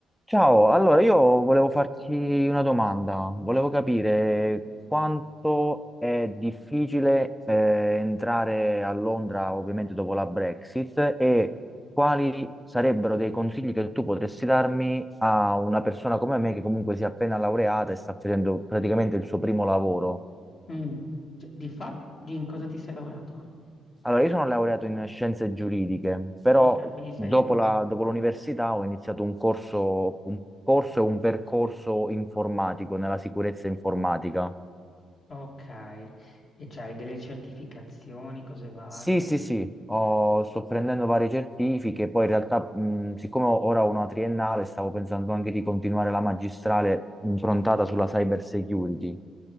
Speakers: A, in the centre; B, on the left (about 50°).
A: Ciao, allora io volevo farti una domanda, volevo capire quanto è difficile eh, entrare a Londra ovviamente dopo la Brexit e quali sarebbero dei consigli che tu potresti darmi a una persona come me che comunque si è appena laureata e sta facendo praticamente il suo primo lavoro.
B: Mm. Cioè, di fatto, di in cosa ti sei laureato?
A: Allora, io sono laureato in scienze giuridiche, però
B: Ok, quindi sei
A: dopo
B: un... lo-
A: la- dopo l'università ho iniziato un corso, un corso e un percorso informatico nella sicurezza informatica.
B: Ok, e c'hai delle certificazioni, cose varie.
A: Sì, sì, sì, ho- sto prendendo varie certifiche, poi in realtà, mh, siccome ho- ora ho una triennale, stavo pensando anche di continuare la magistrale improntata sulla cyber security.